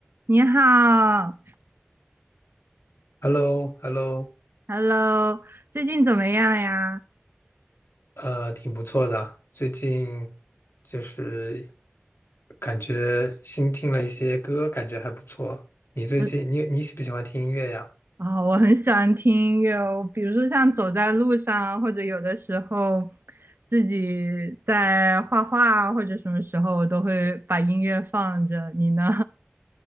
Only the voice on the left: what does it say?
h e l l o h e l l o
呃，挺不错的。最近就是感觉新听了一些歌，感觉还不错。你最近你你喜不喜欢听音乐呀？